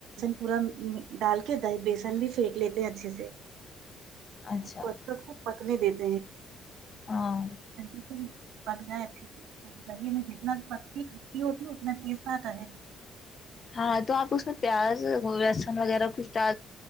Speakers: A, on the right; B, on the left.
A: پورا ڈال کے بیسن بھی فیک لیتے ہیں اچھے سے
B: اچھا
A: کو پت نہیں دینا
B: ہاں
A: سے پک جائے اچھے سے، تو دہی میں جتنا پتی کھٹی ہوتی ہے اتنا تیز نہ رہے
B: ہاں تو آپ اس میں پیازس وغیرہ کچھ ڈا